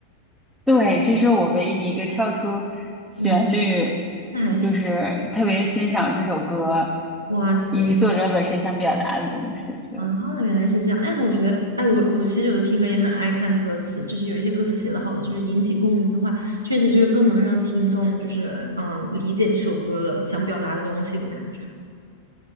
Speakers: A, in the centre; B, on the right.
A: 对，这是我唯一一个跳出旋律，
B: 嗯，那还挺，
A: 就是特别欣赏这首歌
B: 哇塞，
A: 以及作者本身想表达的东西。对。
B: 啊，原来是这样。哎，那我觉得，哎，我我其实有的听歌也很爱看歌词，就是有一些歌词写的好的，就是引起共鸣的话，确实就是更能让听众就是嗯理解这首歌的想表达的东西，我感觉。